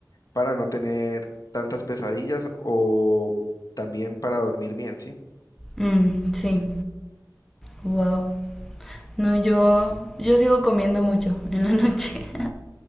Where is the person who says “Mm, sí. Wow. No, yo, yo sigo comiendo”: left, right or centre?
Centre